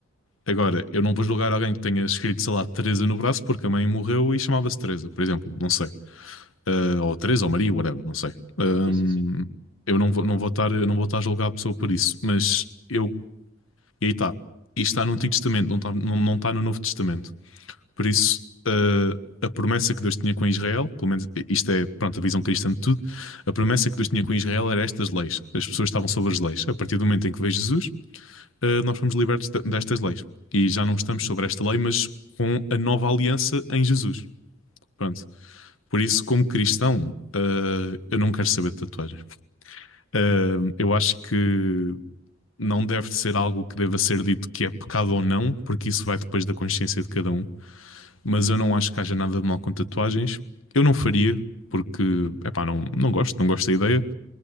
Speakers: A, on the left; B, on the right.
A: Agora, eu não vou julgar alguém que tenha escrito, sei lá, Teresa no braço porque a mãe morreu e chamava-se Teresa, por exemplo. Não sei. Ah, ou Teresa ou Maria, whatever, não sei. Ahm,
B: Sim, sim, sim.
A: eu não vou, não vou estar, não vou estar a julgar a pessoa por isso. Mas eu... E aí está. Isto está no Antigo Testamento, não está, não, não está no Novo Testamento. Por isso, eh, a promessa que Deus tinha com Israel, pelo menos isto é, pronto, a visão cristã de tudo, a promessa que Deus tinha com Israel era estas leis. As pessoas estavam sobre as leis. A partir do momento em que veio Jesus, eh, nós fomos libertos de- destas leis. E já não estamos sobre esta lei, mas com a nova aliança em Jesus. Pronto. Por
B: Ok.
A: isso, como cristão, eh, eu não quero saber de tatuagens. Eh, eu acho que não deve ser algo que deva ser dito que é pecado ou não, porque isso vai depois da consciência de cada um mas eu não acho que haja nada de mal com tatuagens. Eu não faria, porque, epá, não, não gosto, não gosto da ideia.